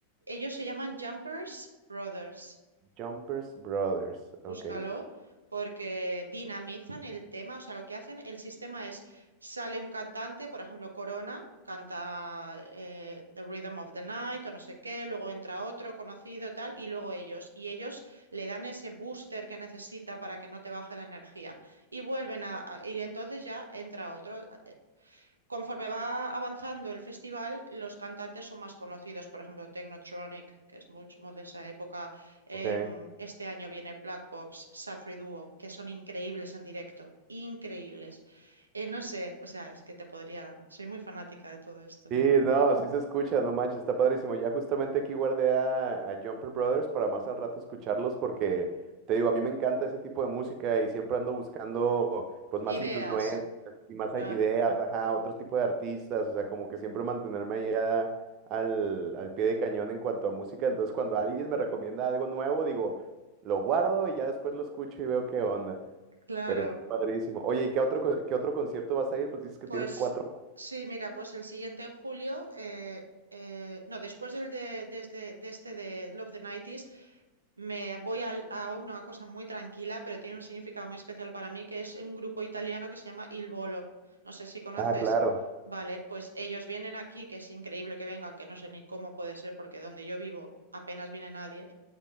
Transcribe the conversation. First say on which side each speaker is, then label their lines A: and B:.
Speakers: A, on the right (about 75°); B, on the right (about 35°).
A: Ellos se llaman Jumpers Brothers.
B: Jumpers Brothers.
A: búscalo,
B: Ok, sí.
A: porque dinamizan el tema, o sea, lo que hacen, el sistema es, sale un cantante, por ejemplo, Corona, canta eh, The Rhythm of the Night o no sé qué, luego entra otro conocido, tal, y luego ellos, y ellos le dan ese booster que necesita para que no te baje la energía, y vuelven a, a- y entonces ya entra otro conforme va avanzando el festival, los cantantes son más conocidos. Por ejemplo, Technotronic, que es mucho más de esa época. Em,
B: Ok.
A: este año viene Black Box, Safri Duo, que son increíbles en directo. Increíbles. Eh, no sé, o sea, es que te podría. Soy muy fanática de todo esto.
B: Sí, no, sí se escucha, no manches, está padrísimo. Ya justamente aquí guardé a, a Jumper Brothers para más al rato escucharlos porque te digo, a mí me encanta ese tipo de música y siempre ando buscando pues más
A: Ideas,
B: influencias y más
A: claro,
B: hay- ideas, ajá, otros tipos de artistas, o sea, como que siempre mantenerme allá al, al pie de cañón en cuanto a música. Entonces, cuando alguien me recomienda algo nuevo, digo, lo guardo y ya después lo escucho y veo qué onda.
A: claro.
B: Pero está padrísimo. Oye, ¿y qué otro, co- qué otro concierto vas a ir? Pues dices que
A: Pues
B: tienes cuatro.
A: sí, mira, pues el siguiente en julio. eh, eh, no, después del de, desde, de este de Love the 90 Me voy al- a, una cosa muy tranquila, pero tiene un significado muy especial para mí, que es un grupo italiano que se llama Il Volo. No sé si conoces.
B: Ah, claro.
A: Vale, pues ellos vienen aquí, que es increíble que vengan, que no sé ni cómo puede ser, porque donde yo vivo apenas viene nadie.